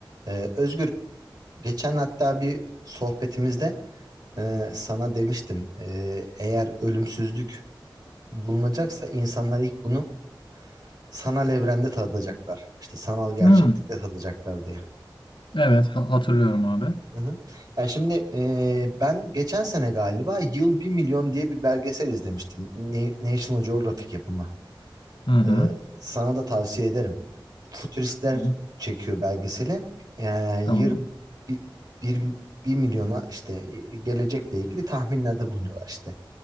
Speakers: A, on the right (about 55°); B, on the left (about 75°).
A: Ee, Özgür, geçen hatta bir sohbetimizde e, sana demiştim. e, eğer ölümsüzlük bulunacaksa insanlar ilk bunu sanal evrende tadacaklar. İşte sanal gerçeklikte
B: Hmm,
A: tadacaklar diye.
B: evet ha- hatırlıyorum abi.
A: Hı hı. Yani şimdi e, ben geçen sene galiba Yıl bir Milyon diye bir belgesel izlemiştim. Na- National Geographic yapımı.
B: Hı hı.
A: Ee, sana da tavsiye ederim. Futuristler
B: Hı hı,
A: çekiyor belgeseli. Yani
B: Tamam.
A: yir, bir, bir, bir milyona işte e, gelecekle ilgili tahminlerde bulunuyorlar işte.